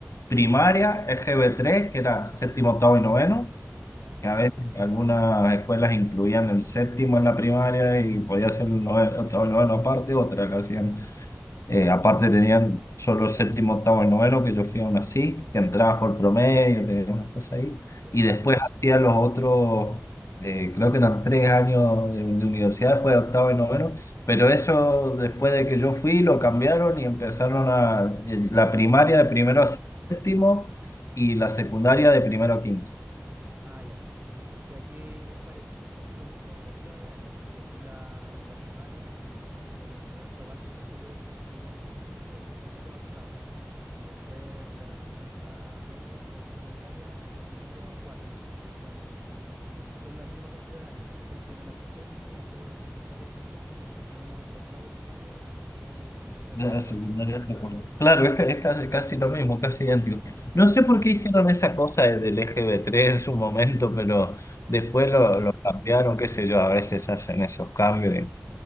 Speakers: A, on the left (about 80°); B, on the right (about 40°).
A: primaria, egb tres que era séptimo, octavo y noveno,
B: ¿Ya?
A: que a veces algunas escuelas incluían el séptimo en la primaria y podía ser el noveno, octavo y noveno aparte, otras lo hacían eh, aparte tenían solo séptimo, octavo y noveno, que yo fui aún así, que entrabas por promedio, tenías unas cosas ahí.
B: ¿Ya?
A: Y después hacía los otros, eh, creo que eran tres años de, de universidad después de octavo y noveno, pero eso después de que yo fui lo cambiaron y empezaron a eh, la primaria de primero a séptimo y la secundaria de primero a quinto.
B: Ah, ya. Sí, aquí es, parec- es casi lo mismo en cantidad de años, porque aquí la, la primaria o la enseñanza básica que le, le llamamos nosotros es de primero a octavo, y después la enseñanza media o secundaria es de primero a cuarto, entonces son, son la misma cantidad de años. pues Ustedes tienen hasta séptimo y después secundaria hasta quinto, nosotros tenemos hasta octavo primaria y después secundaria
A: La
B: hasta cuarto.
A: secundaria está como- Claro, es, ca- es casi, casi lo mismo, casi
B: El,
A: idéntico.
B: sí.
A: No sé por qué hicieron esa cosa de- del EGB3 en su momento, pero después lo, lo cambiaron, qué sé yo, a veces hacen esos cambios. de-